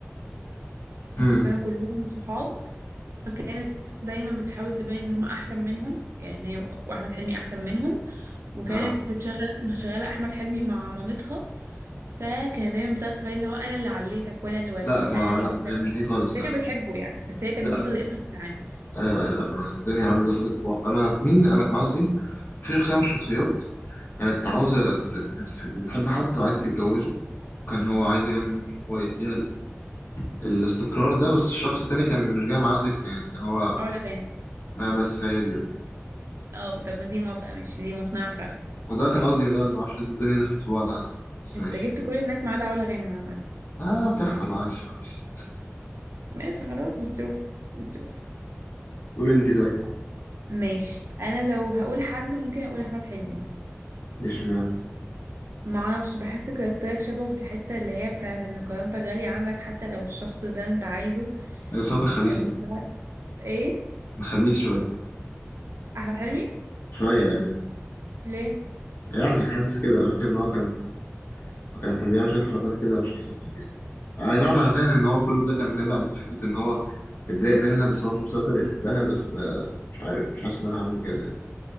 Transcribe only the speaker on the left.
امم
لا
لا
ما
لا
هي مش دي خالص
لا
لا
ايوه ايوه لا انا الدنيا عندي دخلت في بعض انا في مين انا كان قصدي في شخصيه من الشخصيات كانت عاوزه
ت... كانت بتحب حد وعايزه تتجوزه كان هو عايزه يعني إن هو يديها ال... الاستقرار ده بس الشخص التاني كان مش جاي معاه سكه يعني كان هو
ما بس هي دي
وده كان قصدي من الاول ما اعرفش الدنيا دخلت في بعض عندي بس
ماشي
اه بتحصل معلش معلش
قول انت طيب
ليش مان
بس هو كان خبيث
قوي
كان خبيث شويه
شويه يعني
يعني حاسس كده فاكر ان هو كان وكان كان بيعمل شوية حركات كده مش أحسن حاجة يعني أي نعم أنا فاهم إن هو كل ده كان نابع من فكرة إن هو متضايق منها بس هو في نفس الوقت بيحبها بس آه، مش عارف مش حاسس إن أنا هعمل كده يعني